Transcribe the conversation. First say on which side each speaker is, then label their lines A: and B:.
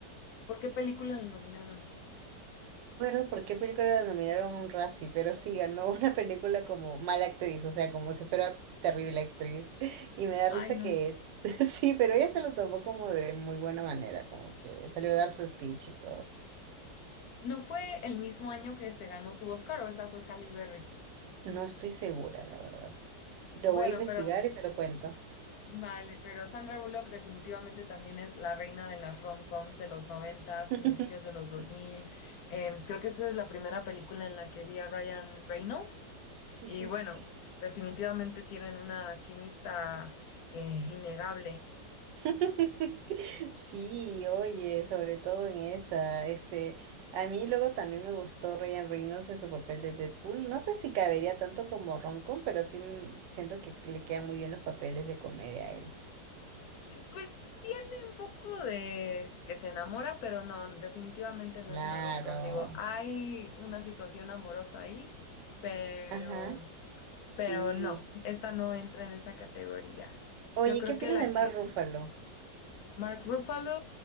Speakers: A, on the left; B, on the right.
A: ¿Por qué película la nominaron?
B: recuerdo por qué película la nominaron a un Razzie, pero sí ganó una película como mala actriz, o sea, como si fuera terrible actriz. Y me da
A: Ay,
B: risa
A: no.
B: que es. <laughs> Sí, pero ella se lo tomó como de muy buena manera, como que salió a dar su speech y todo.
A: No fue el mismo año que se ganó su Oscar, o esa fue Halle Berry.
B: No estoy segura, la verdad. Lo
A: Bueno,
B: voy a investigar
A: pero
B: y te lo cuento.
A: vale, pero Sandra Bullock definitivamente también es la reina de las rom-coms de los noventas,
B: <laughs>
A: principios de los 2000. Em, creo que esa es la primera película en la que vi a Ryan Reynolds.
B: Sí,
A: Y
B: sí,
A: bueno,
B: sí, sí, sí.
A: definitivamente tienen una química eh, innegable.
B: <laughs> Sí, oye, sobre todo en esa, este, a mí luego también me gustó Ryan Reynolds en su papel de Deadpool. No sé si cabería tanto como Roncon, pero sí mm, siento que le quedan muy bien los papeles de comedia a él.
A: Eh, Pues tiene un poco de que se enamora, pero no, definitivamente no
B: Claro.
A: es una rom-com. Digo, hay una situación amorosa ahí, pero,
B: Ajá, sí.
A: pero no, esta no entra en esa categoría.
B: Oye,
A: Yo creo
B: ¿qué opinas
A: que la
B: de Mark
A: que
B: Ruffalo?
A: Mark Ruffalo,